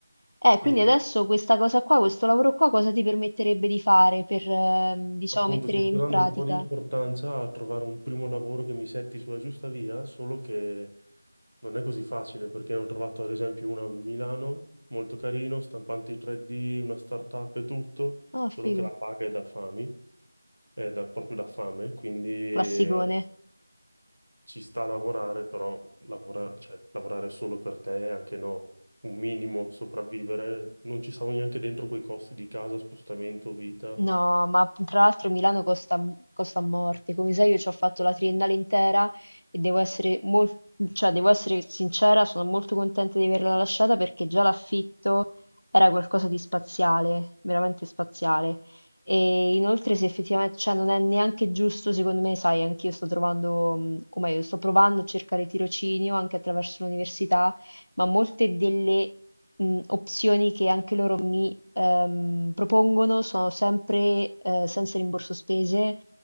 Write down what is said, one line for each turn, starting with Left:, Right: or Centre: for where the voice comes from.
Left: Eh, quindi
Right: E
Left: adesso questa cosa qua, questo lavoro qua, cosa ti permetterebbe di fare per, ehm, diciamo,
Right: Appunto,
Left: mettere
Right: ci
Left: in
Right: sto dando
Left: pratica?
Right: un po' di importanza a trovare un primo lavoro che mi setti sulla giusta via, solo che non è così facile perché ne ho trovato ad esempio una a Milano, molto carino, stampanti 3D, una startup e tutto,
Left: Ah,
Right: solo
Left: figo.
Right: che la paga è da fami, è da- proprio da fame, quindi eh,
Left: Classicone.
Right: ci sta a lavorare, però lavora- cioè, lavorare solo per te, anche no, un minimo sopravvivere, non ci stavo neanche dentro quei costi di casa, spostamento, vita.
Left: No, ma tra l'altro Milano costa, costa a morte. Come sai, io ci ho fatto la triennale intera e devo essere, mol- cioè, devo essere sincera, sono molto contenta di averla lasciata perché già l'affitto era qualcosa di spaziale, veramente spaziale. E inoltre, se effettivamente, cioè, non è neanche giusto, secondo me, sai, anch'io sto trovando, mh, o meglio, sto provando a cercare tirocinio anche attraverso l'università ma molte delle mh, opzioni che anche loro mi ehm, propongono sono sempre eh, senza rimborso spese,